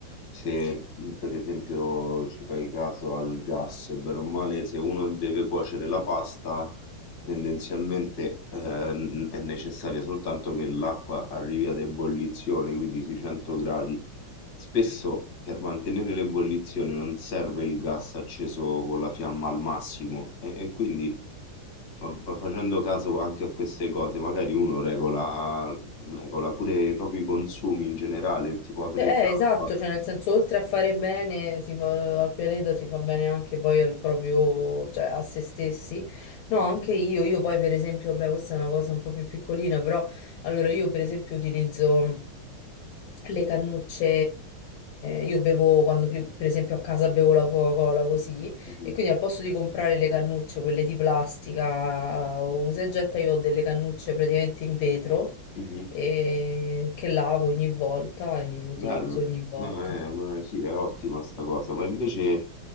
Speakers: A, on the left; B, on the left.
A: se mh, per esempio ci fai caso al gas, bene o male, se uno deve cuocere la pasta, tendenzialmente eh, n- è necessaria soltanto che l'acqua arrivi ad ebollizione, quindi sui 100 gradi. Spesso per mantenere l'ebollizione non serve il gas acceso con la fiamma al massimo e, e quindi fa- fa- facendo caso anche a queste cose, magari uno regola Regola pure i propri consumi in generale, tipo aprire
B: Cioè, eh, esatto,
A: un'app.
B: cioè nel senso, oltre a fare bene si fa- al pianeta, si fa bene anche poi al proprio, cioè a se stessi. No, anche io, io poi per esempio, vabbè, questa è una cosa un po' più piccolina, però allora io per esempio utilizzo le cannucce, io bevo quando pri- per esempio a casa bevo la Coca-Cola così,
A: Mhm,
B: e quindi al posto di comprare le cannucce, quelle di plastica o usa e getta, io ho delle cannucce praticamente in vetro
A: mhm.
B: e che lavo ogni volta e utilizzo
A: Bello,
B: ogni volta.
A: No, eh, ma sì, è ottima sta cosa, ma invece